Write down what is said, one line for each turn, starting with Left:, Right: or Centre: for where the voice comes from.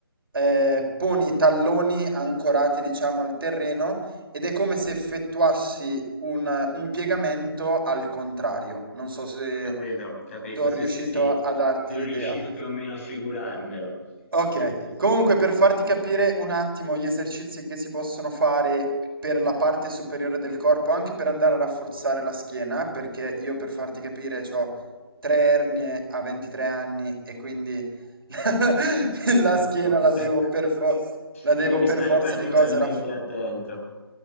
Right: eh, poni i talloni ancorati, diciamo, al terreno ed è come se effettuassi un, un piegamento al contrario. Non so se
Left: Capito, capito.
Right: sono
Left: Sì,
Right: riuscito
Left: sì, sì.
Right: a darti
Left: Sono
Right: l'idea.
Left: riuscito più o meno a figurarmelo.
Right: Ok,
Left: Sì, sì, sì,
Right: comunque
Left: sì.
Right: per farti capire un attimo gli esercizi che si possono fare per la parte superiore del corpo, anche per andare a rafforzare la schiena, perché io per farti capire ho tre ernie a 23 anni e quindi <laughs> la
Left: Ecco,
Right: schiena la
Left: ecco.
Right: devo per, fo- la
Left: Ci
Right: devo
Left: devi
Right: per
Left: stare
Right: forza
Left: particolarmente
Right: di cose raff-
Left: attento.